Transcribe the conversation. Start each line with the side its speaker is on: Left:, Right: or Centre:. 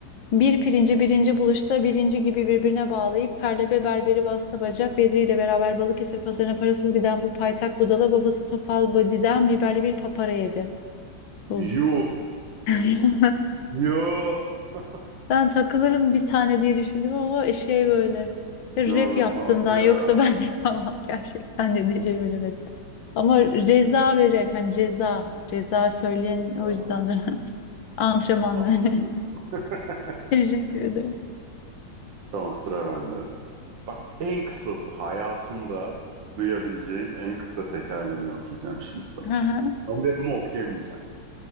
Left: Bir pirinci birinci buluşta birinci gibi birbirine bağlayıp Perlebe berberi bastı bacak Bedri ile beraber Balıkesir pazarına parasız giden bu paytak budala babası Topal Badi'den biberli bir papara yedi. Bu.
Right: Yuh.
Left: <laughs>
Right: Yuh. <laughs>
Left: Ben takılırım bir tane diye düşündüm ama şey böyle
Right: İnanılmaz
Left: rap yaptığımdan
Right: ya.
Left: yoksa <laughs> ben de yapamam <laughs> gerçekten ne diyeceğimi bilemedim. Ama
Right: Şaka
Left: ceza
Right: gibi.
Left: ve rap hani ceza ceza söyleyen
Right: Bravo.
Left: o yüzden de <laughs> antrenmanla.
Right: Aktı.
Left: <laughs>
Right: <laughs>
Left: Teşekkür ederim.
Right: Tamam sıra bende. Bak en kısası hayatında duyabileceğin en kısa tekerlemeyi okuyacağım şimdi sana.
Left: Hı hı.
Right: Ama de bunu okuyamayacağım.